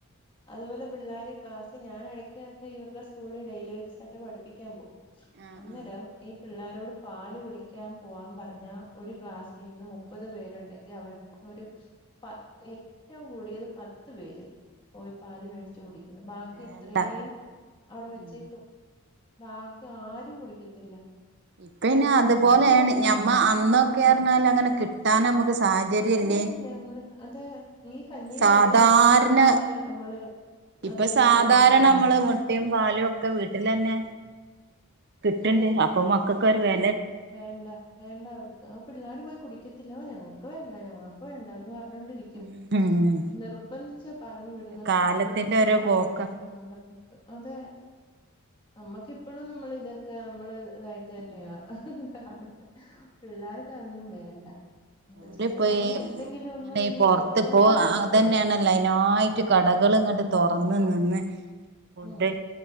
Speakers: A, on the left; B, on the right.
A: അതുപോലെ പിള്ളേരി ക്ലാസ് ഞാന് ഇടയ്ക്കൊക്കെ ഇവരുടെ സ്കൂളിൽ ഡെയിലി യജസായിട്ട് പഠിപ്പിക്കൻ പോകും
B: ആഹ്
A: അന്നേരം
B: ആഹ്
A: ഈ പിള്ളേ അവരോട് പാല് കുടിക്കാൻ പോവാാൻ പറഞ്ഞാ ഒരു ക്ലാസ്സിൽന്ന് മുപ്പത് പേരുണ്ടെങ്കിൽ അവവിടെന്ന് ഒരു പത്ത് ഏറ്റവും കൂടിയത് പത്ത് പേര് പോയി പാല് മേടച്ച് കുടിക്കണം ബാക്കി
B: വേണ്ട
A: ഇത്രയും അവിടെ
B: ഉം
A: വെച്ചേക്കും ബാക്കി ആരും കുടിക്കത്തില്ല
B: ഇപ്പന്നെ
A: പിള്ളേര്
B: അതുപോലെയാണ്
A: ഞങ്ങൾക്ക് പാല് വേണ്ട
B: ഞമ്മ അന്നൊക്കെറിഞ്ഞാൽ
A: എന്ന് പറഞ്ഞു
B: അങ്ങനെ കിട്ടാൻ നമ്മുക്ക് സാഹചര്യമല്ല
A: ഇപ്പല്ല നമ്മള് അത ഈ കഞ്ഞിയും
B: സാധാരണ
A: പയറും കിട്ടുന്നത് തന്നെ നമ്മള് നല്ല
B: ഇപ്പൊ സാധാരണ
A: ഇതായില്ലല്ലേ
B: നമ്മള് മു മുട്ടയും പാലും ഒക്കെ വീട്ടിൽ തന്നെ കിട്ടണ്ട്
A: അതെ
B: അപ്പൊ മക്കൾക്ക ഒരു വേ
A: വേണ്ട വേണ്ട അവർക്ക് ആ പിള്ളാര് പോയി കുടിക്കത്തില്ല ഞങ്ങൾക്ക് വേണ്ട ഞങ്ങൾക്ക് വേണ്ട എന്ന് പറ പറഞ്ഞോണ്ടിരിക്കും
B: ഉം ഉം
A: നിർബന്ധിച്ച്ച് പറഞ്ഞു വിടുന്ന
B: കാലത്തിന്റെ
A: പാല് കുടിക്ക്
B: ഓരോ
A: പാല്
B: പോക്കാ
A: കുടിക്ക് പറഞ്ഞിട്ട് അതെ നമ്മക്കിപ്പോഴും നമ്മൾ ഇതൊക്കെ നമ്മള് ഇതായിട്ട് തന്നെയ
B: ഉം
A: കാണണ്ട പിള്ളേർക്ക് അന്നും വേണ്ട എന്താ
B: <unintelligible>
A: ചെയ്യാന അതിന് എന്തെങ്കിലും ഒന്ന്
B: അങ്ങനെ ഈ പുറത്ത്പ്പോ
A: കൊച്ചവന്റെ കാര്യ
B: അതന്നെയാണല്ലോ
A: പ്രശ്നം
B: അതിനായിട്ട് കടകൾ ഇങ്ങട്ട് തുറന്ന നിന്ന് ഫുഡ്
A: ഉം